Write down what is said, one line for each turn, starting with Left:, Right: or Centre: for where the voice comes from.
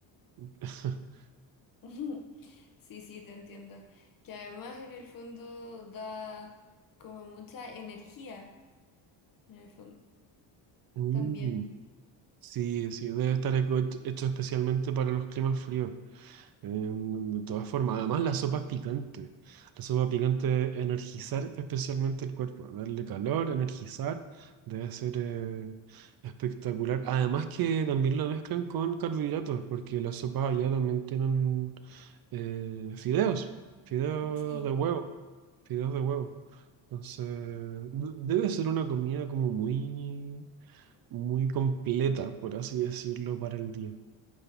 Right: <laughs>
Left: ujú. <laughs> Sí, sí, te entiendo. Que además en el fondo da como mucha energía, en el fondo
Right: Mm,
Left: también.
Right: sí, sí, debe estar hecho hecho especialmente para los climas fríos. Eh, de todas formas, además la sopa es picante. La sopa picante es energizar especialmente el cuerpo, darle calor, energizar, debe ser eh, espectacular. Además que también lo mezclan con carbohidratos, porque las sopas allá también tienen eh, fideos, fideos
Left: Sí,
Right: de huevo, fideos de huevo. Entonces, de- debe ser una comida como muy, muy completa, por así decirlo, para el día.